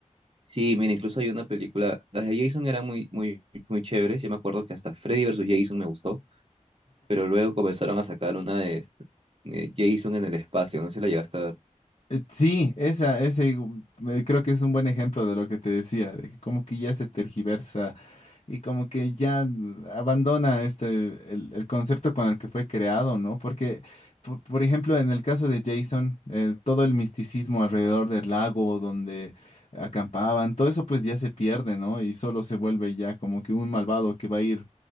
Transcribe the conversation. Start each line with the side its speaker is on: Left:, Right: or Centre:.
Right: Sí, mira, incluso hay una película, las de Jason eran muy, muy, muy chéveres, yo me acuerdo que hasta Freddy versus Jason me gustó, pero luego comenzaron a sacar una de, de Jason en el espacio, no sé si la llegaste a ver.
Left: Eh, Sí, esa, ese igu- eh, creo que es un buen ejemplo de lo que te decía, de que como que ya se tergiversa y como que ya mm, abandona este el, el concepto con el que fue creado, ¿no? Porque, po- por, ejemplo, en el caso de Jason, eh, todo el misticismo alrededor del lago donde acampaban, todo eso pues ya se pierde, ¿no? Y solo se vuelve ya como que un malvado que va a ir